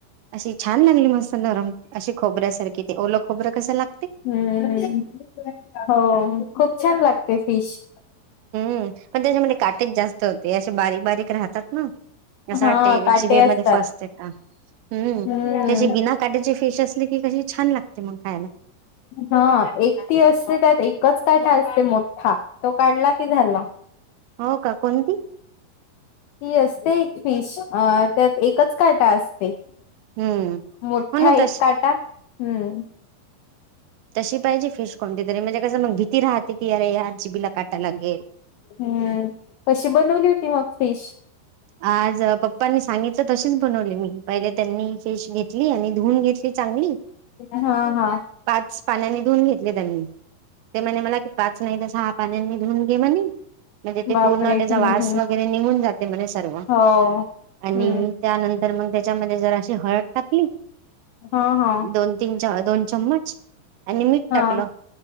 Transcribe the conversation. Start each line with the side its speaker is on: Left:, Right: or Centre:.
Right: अशी छान लागली मस्त नरम अशी खोबऱ्यासारखी ते ओल खोबरं कसं लागत
Left: हम्म हो खूप छान लागते फिश.
Right: ह पण त्याच्यामध्ये काटेच जास्त होते असे बारीक, बारीक राहतात ना. अस
Left: हा
Right: वाटते
Left: काटे
Right: जिभे
Left: असतात
Right: मध्ये फसते का हम्म
Left: हम्म
Right: त्याची बिना काट्याची फेश असली की कशी छान लागते मग खायला.
Left: हा एकटी असते त्यात एक कस काय खायचं ते मोठा तो काढला की झाल.
Right: हो का कोणती
Left: ती असते एक फिश अ त्यात एकच काटा असते.
Right: हम्म
Left: मोठा
Right: हो ना
Left: एक
Right: तशी
Left: काटा, हम्म.
Right: तशी पाहिजे फिश कोणती तरी म्हणजे कसं मग भीती राहते की अरे या जीबीला काटाय लागेल.
Left: हम्म, कशी बनवली होती मग फिश?
Right: आज पप्पांनी सांगितलं तशीच बनवले मी पहिले त्यांनी फिश घेत आणि धुवून घेतली चांगली.
Left: हा हा.
Right: पाच पाण्याने धुऊून घेतले त्यांनी ते म्हणे मला पाच नाही तर सहा पाण्यांनी धुऊन घे म्हणे. म्हणजे ते
Left: बापरे
Right: पूर्ण त्याचा
Left: हम्म
Right: वास
Left: हम्म
Right: वगैरे निघून जाते म्हणे सर्व.
Left: हो हम्म.
Right: आणि त्यानंतर मग त्याच्या मध्ये जराशी हळद टाकली
Left: हा हा
Right: दोन तीन, चार, दोन चम्मच आणि मीठ
Left: हा
Right: टाकलं